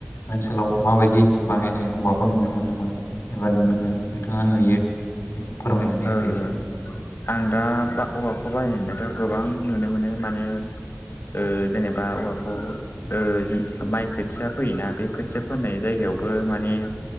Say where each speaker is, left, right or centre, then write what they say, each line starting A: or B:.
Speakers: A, on the left; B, on the left.
A: ओनसोलाव माबायदि बाहायनाय औवाखौ नुनो मोन्दोंमोन एबा नोंथाङा नुयो बेखौ फोरमायनानै
B: ओ
A: होदो एसे
B: आं दा औवाखौ बाहायनाय नुनायाथ' गोबां नुनो मोनो माने ओ जेनेबा औवाखौ ओ माइ खोथिया फैयोना बे खोथिया फोनाय जायगायावबो माने